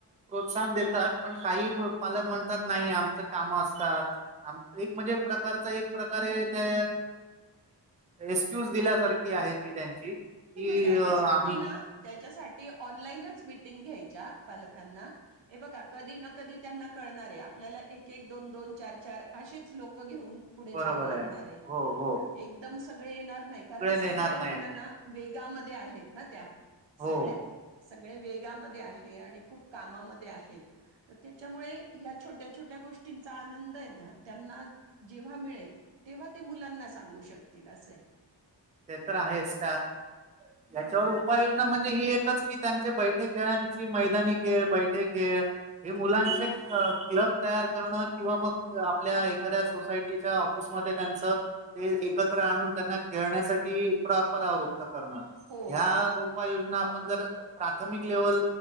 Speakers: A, on the right (about 20°); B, on the right (about 85°).
A: प्रोत्साहन देतात पण काही पालक म्हणतात नाही आमच काम असतात. एक म्हणजे
B: हो
A: प्रकारच एक प्रकारे त्या एस्क्यूज दिल्यासारखी आहेत. ही त्यांची कि
B: की मग त्याच्यासाठी
A: आम्ही
B: ना त्या च्या साठी ऑनलाईनच मीटिंग घ्यायच्या पालकांना. हे बघा त्यांना कधी ना कधी कळ आपल्या एक एक दोन दोन चार चार असेच लोक घेऊन पुढे
A: बरोबर
B: जावं लागणार आहे
A: हो हो
B: एकदम सगळे येणार नाही कारण सगळे
A: नेणार नाहीत
B: जणना मधे आहेत ना त्या
A: हो
B: सगळ्या. सगळे वेगामध्ये आहे आणि खूप कामामध्ये आहेत, तर त्याच्यामुळे ह्या छोट्या छोट्या- गोष्टींचा आनंद हे ना त्यांना जेव्हा मिळेल तेव्हा ते मुलांना सांगू शकतील. अस असय.
A: ते तर आहेच का याच्यावर
B: हा
A: उपाययोजना म्हणजे हि एकच ठिकाणचे बैठे खेळांची मैदानी खेळ बैठे खेळ हे मुलांचे- मंग तिला तयार करणं किंवा मंग आपल्या एखाद्या सोसायटीच्या ऑफीस म त्यांच ते एकत्र आणून त्यांना खेळण्यासाठी प्ररावुर्त - तर करनार
B: हो
A: ह्या उपाययोजना आपण जर प्राथमिक लेवल